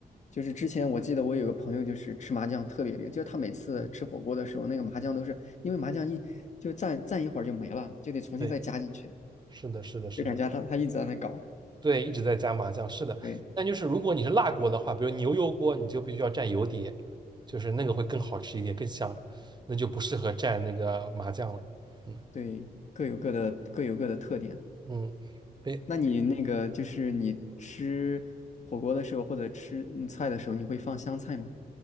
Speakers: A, on the left (about 50°); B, on the right (about 25°).
A: 就是之前我记得我有个朋友，就是吃麻酱特别厉害，就是他每次吃火锅的时候，
B: 嗯，
A: 那个麻酱都是因为麻酱一就蘸蘸一会儿就没了，就得重新再加进去，
B: 对，是的，是的，是的，
A: 就感觉他他一直在那搞。
B: 对，一直在加麻酱，是的。
A: 对
B: 但就是如果你是辣锅的话，比如牛油锅，你就必须要蘸油碟，就是那个会更好吃一点，更香，那就不适合蘸那个麻酱了。嗯
A: 对，各有各的各有各的特点。
B: 嗯，对，
A: 那你那个就是你吃火锅的时候或者吃嗯菜的时候，你会放香菜吗？